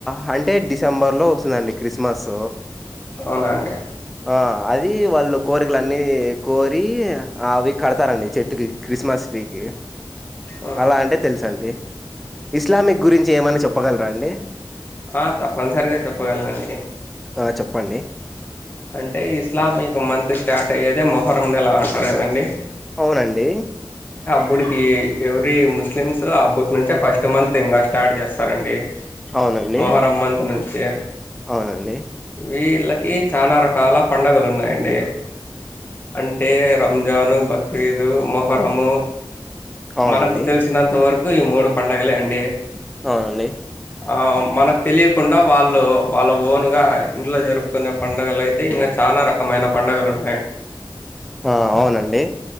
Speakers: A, in the centre; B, on the left.
A: హంట్రే డిసెంబర్లో వస్తుందండి క్రిస్మస్
B: అవునండి
A: ఆ అది వాళ్ళు కోరికలు అన్నీ కోరి అవిక్ కడతారండి చెట్టుకి క్రిస్మస్ ట్రీకి
B: ఆ
A: అలా అంటే తెలుస అండి ఇస్లామిక్ గురించి ఏమన్నా చెప్పగలరా అండి
B: ఆ తప్పనిసరిగా చెప్పగలనండి
A: ఆ చెప్పండి
B: అంటే ఇస్లామిక్ ఒక మంత్ స్టార్ట్ అయ్యేద మొహరంని నెలా అంటాడు కదండి
A: అవునండి
B: అప్పుడికి ఎవ్రీ ముస్లిమ్స్ అప్పటి నుంచే ఫస్ట్ మంత్ ఇంకా స్టార్ట్ చేస్తారండి
A: అవునండి
B: మొహరం మంత్ నుంచి చే
A: అవునండి
B: వీళ్ళకి చాలా రకాల పండుగలు ఉన్నాయండి అంటే రంజాన్ బక్రీదు మొహరము
A: అవునండి
B: మనకు తెలిసినంత వరకు కు ఈ మూడు పండగలే అండి
A: అవునండి
B: ఆ మనకు తెలియకుండా వాళ్ళు వాళ్ళు ఓన్ గా ఇంట్లో జరుపుకునే పండుగలైతే ఇంగా చానా రకమైన పండగలన్
A: ఆ అవునండి